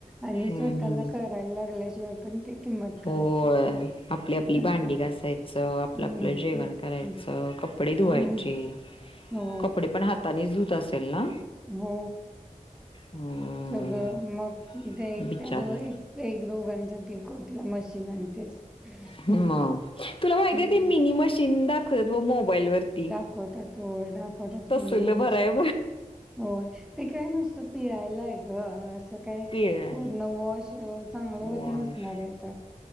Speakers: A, in the centre; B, on the left.
A: आणि
B: हम्म.
A: स्वतःला करायला लागल्याशिवाय पण ती किंमत कळत
B: होय
A: नाही.
B: आपली आपली भांडी
A: असं होतं.
B: घासायचं आपलं
A: हं,
B: आपलं जेवण
A: हं,
B: करायचं,
A: हं,
B: कपडे धुवायचे.
A: हं. हो,
B: कपडे पण हातानेच धुतं असेल ना?
A: हो
B: हम्म
A: सगळं मग त्या एकट्या
B: बिचारी
A: दो एक एक दोघांसाठी कुठलं मशीन आणतेस.
B: ह
A: हं, हं.
B: म तुला माहिती
A: हं.
B: आहे ते मिनी मशीन दाखवतात ब मोबाईल वरती
A: होतात होय दाखवतात
B: तसलं
A: की मीनी मशिन
B: भराय
A: होय ते काय नुसतं पिळायला आहे गं असं काय
B: पिळा
A: पूर्ण वॉश चांगलं होत
B: वॉश
A: नसणार आहे त्यात